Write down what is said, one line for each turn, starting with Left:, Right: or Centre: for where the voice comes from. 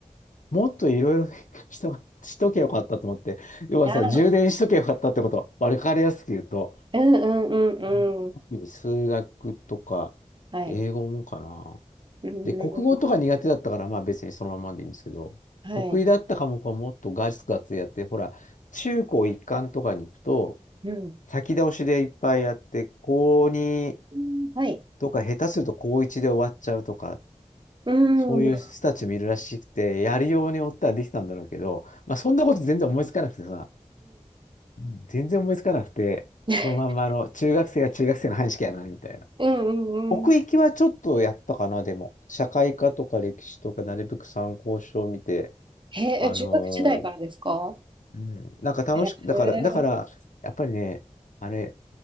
Left: もっといろいろ勉強しと、<laughs> しとけよかったと思って、要はさ、
Right: あ
Left: 充電しとけよかったってこと。わかりやすく言うと。
Right: ー、うん、うん、う
Left: うん特に数学とか、
Right: ん、うん。はい。
Left: 英語もかな。
Right: うんうんう
Left: で、国語とか苦手だったから、まあ別にそのままでいいんですけど、
Right: ん、
Left: 得意だった科目はもっとガツガツやって、
Right: はい。
Left: ほら、中高一貫とかに行くと、
Right: うん。
Left: 先倒しでいっぱいやって、高2
Right: うんはい。
Left: とか下手すると高1で終わっちゃうとか、
Right: うん。
Left: そういう人たちもいるらしくて、
Right: うん。
Left: やるようによってはできたんだろうけど、まあそんなこと全然思いつかなくてさ、うん全然思いつかなくて、
Right: <laughs>
Left: そのまんまあの中学生は中学生の範囲しかやらないみたいな。
Right: うん。うんうん。
Left: 奥行きはちょっとやったかな、でも。社会科とか歴史とかなるべく参考書を見て、
Right: へえ、
Left: あの
Right: 中学時代からですか
Left: うん、なんか楽しく、
Right: へえ。
Left: だから、だから、やっぱりね、あれ、